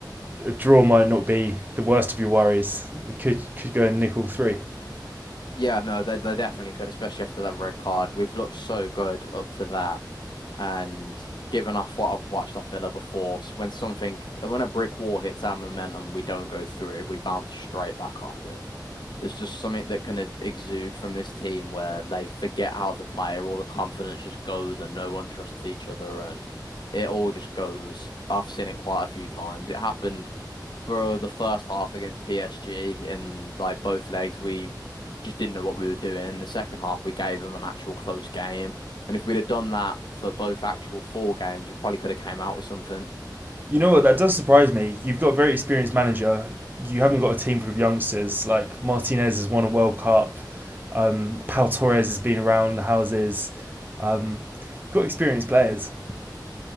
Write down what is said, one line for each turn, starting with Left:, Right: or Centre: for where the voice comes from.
Right: a draw might not be the worst of your worries. They could could go and nick all three.
Left: Yeah, no, they they definitely could, especially after that red card. We've looked so good up to that, and given off what I've watched off Villa before, s- when something when a brick wall hits our momentum, we don't go through it. We bounce straight back off it. There's just something that kind of exude from this team where they forget how to play, or all the confidence just goes, and no one trusts each other, and it all just goes. I've seen it quite a few times. It happened for the first half against PSG, and like both legs, we just didn't know what we were doing. In the second half, we gave them an actual close game, and if we'd have done that for both actual four games, we probably could have came out with something.
Right: You know what? That does surprise me. You've got a very experienced manager. You haven't got a team full of youngsters. Like Martinez has won a World Cup. Um, Pal Torres has been around the houses. Um, you've got experienced players.